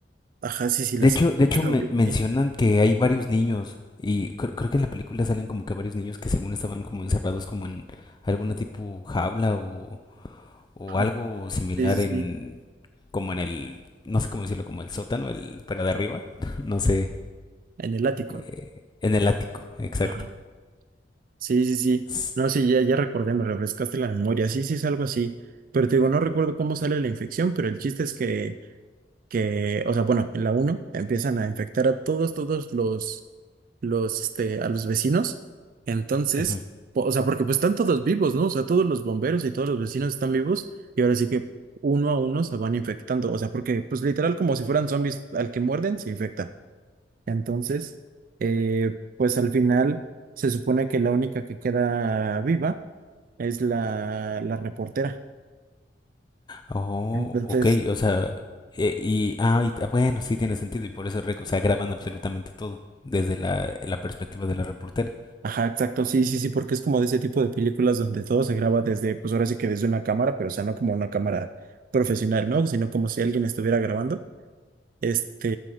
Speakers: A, on the right (about 50°); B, on the left (about 25°).
A: ajá, sí, sí, la
B: de hecho,
A: secuestra
B: de hecho me
A: o algo
B: mencionan
A: así.
B: que hay varios niños y creo, creo que en la película salen como que varios niños que según estaban como encerrados como en alguna tipo jaula o, o
A: Ajá,
B: algo similar
A: sí, sí,
B: en
A: sí,
B: como en el, no sé cómo decirlo, como el sótano, el, pero de arriba, <laughs> no sé,
A: en el ático.
B: eh, en el ático, exacto.
A: Ajá. Sí, sí, sí.
B: S-
A: No, sí, ya, ya recordé, me refrescaste la memoria. Sí, sí, es algo así. Pero te digo, no recuerdo cómo sale la infección, pero el chiste es que, que, o sea, bueno, en la uno empiezan a infectar a todos, todos los, los, este, a los vecinos. Entonces,
B: ujú.
A: po- o sea, porque pues están todos vivos, ¿no? O sea, todos los bomberos y todos los vecinos están vivos y ahora sí que uno a uno se van infectando. O sea, porque pues literal como si fueran zombies, al que muerden se infecta. Entonces, eh, pues al final se supone que la única que queda viva es la, la reportera.
B: Oh,
A: Entonces,
B: ok, o sea, eh, y, ah, y- ah, bueno, sí tiene sentido, y por eso, rec- o sea, graban absolutamente todo, desde la, la perspectiva de la reportera.
A: ajá, exacto, sí, sí, sí, porque es como de ese tipo de películas donde todo se graba desde, pues ahora sí que desde una cámara, pero o sea, no como una cámara profesional, ¿no? Sino como si alguien estuviera grabando. Este,